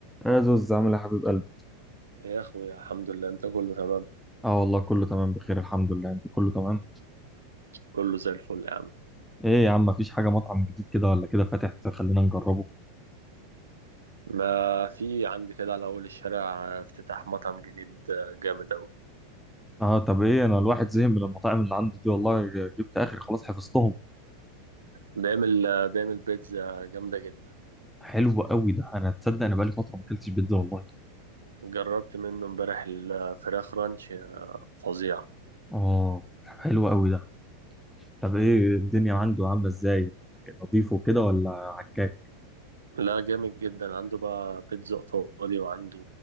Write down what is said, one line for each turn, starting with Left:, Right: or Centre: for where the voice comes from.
Centre: يا زوز عامل إيه يا حبيب قلبي
Right: يا اخويا الحمد لله انت كله تمام
Centre: اه والله كله تمام بخير الحمد لله انت كله تمام
Right: كله زي الفل يا عم
Centre: ايه يا عم مفيش حاجه مطعم جديد كده ولا كده فاتح خلينا نجربه
Right: ما في عندي كده على اول الشارع افتتاح مطعم جديد جامد اوي
Centre: اه طب ايه انا الواحد زهق من المطاعم اللي عنده دي والله جبت اخر خلاص حفظتهم
Right: بيعمل بيعمل بيتزا جامدة جدا
Centre: حلو قوي ده انا تصدق انا بقالي فتره ما اكلتش بيتزا والله
Right: جربت منه امبارح الفراخ رانش فظيع
Centre: اه حلو قوي ده طب ايه الدنيا عنده عامله ازاي نظيف وكده ولا عكاك
Right: لا جامد جدا عنده بقى بيتزا ايطالي وعنده